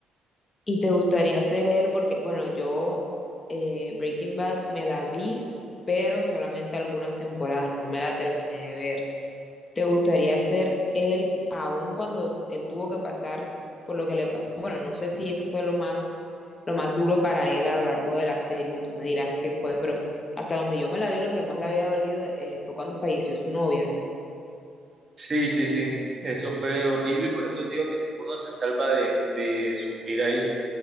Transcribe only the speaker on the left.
¿Y te gustaría ser él? Porque, bueno, yo eh, Breaking Bad me la vi, pero solamente algunas temporadas, no me la terminé de ver. ¿Te gustaría ser él aún cuando él tuvo que pasar por lo que le pasó? Bueno, no sé si eso fue lo más, lo más duro para él a lo largo de la serie, tú me dirás qué fue, pero hasta donde yo me la vi, lo que más le había dolido eh, fue cuando falleció su novia, ¿no?